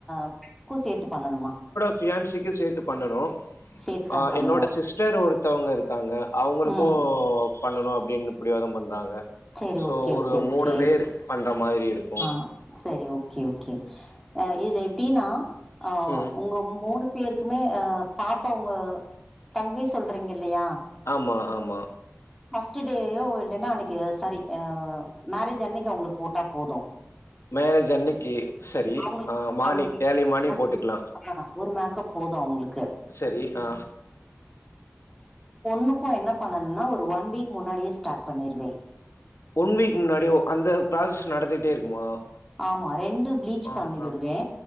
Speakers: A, in the centre; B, on the left.
A: <inaudible> சேத்து பண்ணணுமா
B: ஃபியான்சிக்கு சேத்து பண்ணனு
A: சேத்தா
B: அ
A: பண்ணனு
B: என்னோட சிஸ்டர் ஒருத்தவுங்க இருக் க்காங்க அவுங்களுக்கூ
A: ம்
B: பண்ணணு அப்டின்னு புடிவாதம் பண்றாங்க
A: சரி
B: சோ
A: ஓகே
B: ஒரு
A: ஓகே ஓகே
B: மூணு பேர் பண்ற மாதிரி இருக்
A: ஆ செரி ஓகே ஓகே அ இதுல எப்டின்னா ஆ
B: ம்.
A: உங்க மூணு பேருக்குமே அ பாப்பா உங்க தங்கை சொல்றீங்க இல்லையா
B: ஆமா ஆமா
A: ஃபர்ஸ்ட் டேயோ இல்லைன்னா அன்னைக்கு சாரி அ மேரேஜ் அன்னைக்கி அவுங்களுக்கு போட்டா போது
B: மேரேஜ் அன்னைக்கி சரி
A: அவங்களுக்கு
B: ஆ
A: மட்டும்
B: மானிங்
A: அவங்களுக்கு
B: ஏர்லி மானிங்
A: மேக்கப்
B: போட்டுக்லா
A: ஆ ஒரு மேக்கப் போது அவுங்களுக்கு
B: சரி. ஆ
A: பொண்ணுக்கூ என்ன பண்ணனும்னா ஒரு ஒன் வீக் முன்னாடியே ஸ்டார்ட் பண்ணிருவே
B: ஒன் வீக் முன்னாடி ஓ அந்த ப்ராசஸ் நடந்துக்ட்டே இருக்குமா
A: ஆமா ரெண்டு ப்ளீச் பண்ணி
B: ஆஹா
A: விடுவே